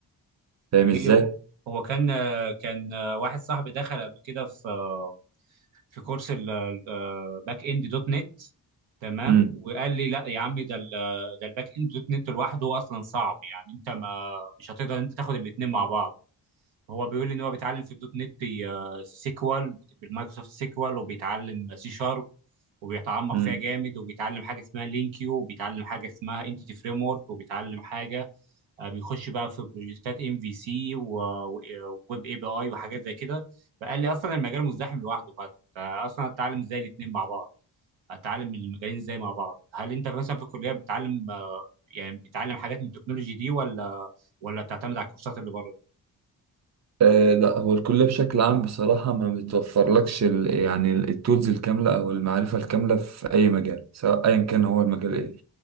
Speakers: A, on the right (about 40°); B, on the right (about 90°).
A: فاهم
B: اوكي
A: ازاي
B: هو هو كان آه، كان آه، واحد صاحبي دخل قبل كده في آه، في كورس الباك اند دوت نت تمام
A: امم
B: وقال لي لا يا عم ده ال- ده الباك اند دوت نت لوحده اصلا صعب يعني انت ما مش هتقدر انت تاخد الاثنين مع بعض هو بيقول لي ان هو بيتعلم في الدوت نت آه، سيكوال بالمايكروسوفت سيكوال وبيتعلم سي شارب وبيتعمق
A: هاي
B: فيها جامد وبيتعلم حاجه اسمها لينكيو وبيتعلم حاجه اسمها انتيتي فريم ورك وبيتعلم حاجه آه، بيخش بقى في بروجكتات ام في سي وويب اي بي اي وحاجات زي كده فقال لي اصلا المجال مزدحم لوحده فاصلا اتعلم ازاي الاثنين مع بعض اتعلم المجالين ازاي مع بعض هل انت مثلا في الكليه بتتعلم آه، يعني بتتعلم حاجات من التكنولوجي دي ولا ولا بتعتمد على الكورسات اللي بره
A: آه لا هو الكلية بشكل عام بصراحة ما بتوفرلكش ال- يعني التولز الكاملة أو المعرفة الكاملة في أي مجال سواء أيا كان هو المجال إيه